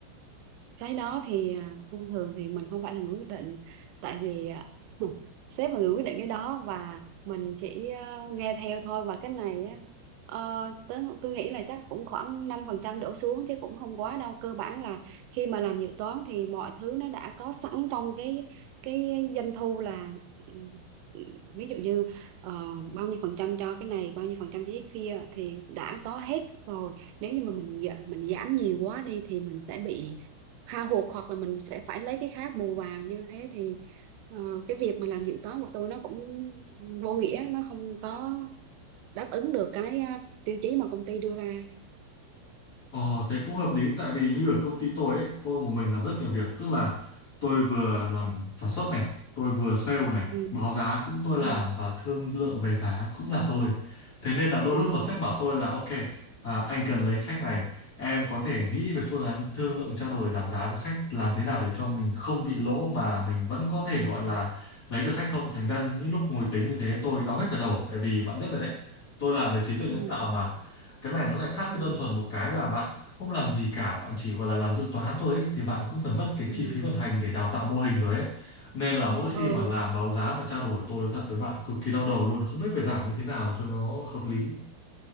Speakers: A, on the right; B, on the left.
A: cái đó thì à, thông thường thì mình không phải là người quyết định tại vì à, <laughs> sếp là người quyết định cái đó và mình chỉ à, nghe theo thôi và cái này á ờ, tớ, tôi nghĩ là chắc cũng khoảng 5% đổ xuống chứ cũng không quá đâu cơ bản là khi mà làm dự toán thì mọi thứ nó đã có sẵn trong cái cái doanh thu là ừ, ví dụ như ờ, bao nhiêu phần trăm cho cái này bao nhiêu phần trăm cho cái kia thì đã có hết rồi nếu như mà mình dạ- mình giảm nhiều quá đi thì mình sẽ bị hao hụt hoặc là mình sẽ phải lấy cái khác bù vào như thế thì ờ, cái việc mà làm dự toán của tôi nó cũng vô nghĩa nó không có đáp ứng được cái ờ, tiêu chí mà công ty đưa ra
B: Ờ, thế cũng hợp lý tại vì như ở công ty tôi ấy, tôi một mình làm rất nhiều việc tức là tôi vừa làm sản xuất này tôi vừa sale này
A: ừ,
B: báo giá cũng tôi làm
A: ừ,
B: và thương lượng về giá cũng là tôi thế nên là đôi
A: wow
B: lúc là sếp bảo tôi là ok à, anh cần lấy khách này em có thể nghĩ về phương án thương lượng trao đổi giảm giá với khách làm thế nào để cho mình không bị lỗ mà mình vẫn có thể gọi là lấy được khách không thành ra những lúc ngồi tính như thế tôi đau hết cả đầu tại vì bạn biết rồi đấy tôi làm về trí tuệ
A: ừ,
B: nhân tạo mà cái này nó lại khác
A: ừ,
B: cái đơn thuần một cái là bạn không làm gì cả bạn chỉ gọi là làm dự toán thôi ấy, thì bạn cũng phải mất cái
A: ừ.
B: chi phí vận hành để đào tạo mô hình rồi ấy nên là mỗi khi
A: ừ.
B: mà làm báo giá mà trao đổi tôi nói thật với bạn cực kỳ đau đầu luôn không biết phải giảm như thế nào cho nó hợp lý